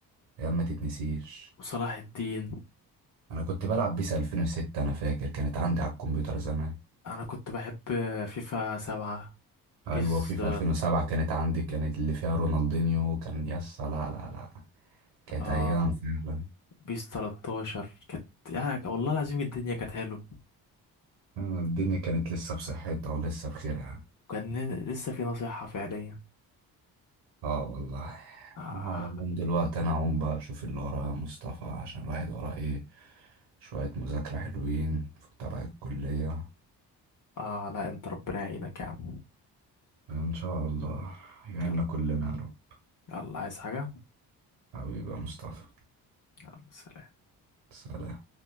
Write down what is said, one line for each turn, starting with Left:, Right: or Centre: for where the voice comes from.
Right: ايام ما تتنسيش
Left: وصلاح الدين
Right: انا كنت بلعب بيس 2006 انا فاكر كانت عندي على الكمبيوتر زمان
Left: انا كنت بحب فيفا سبعة
Right: ايوه
Left: بيس
Right: في في 2007 كانت عندي كانت اللي فيها رونالدينيو كان يسطا لا لا لا كانت
Left: اه
Right: ايام فعلا
Left: بيس 13 كانت يعني والله العظيم الدنيا كانت حلوة
Right: فعلا الدنيا كانت لسه بصحتها ولسه بخيرها
Left: وكان ن- لسه في نصيحة فعليا
Right: اه والله
Left: اه
Right: أنا على العموم دلوقتي انا هقوم بقى اشوف اللي ورايا يا مصطفى عشان الواحد وراه ايه شوية مذاكرة حلوين في تبع الكلية
Left: اه لا انت ربنا يعينك يا عم
Right: إن شاء الله يعيننا
Left: يلا
Right: كلنا يا رب
Left: يلا عايز حاجة
Right: حبيبي يا مصطفى
Left: يلا سلام
Right: سلام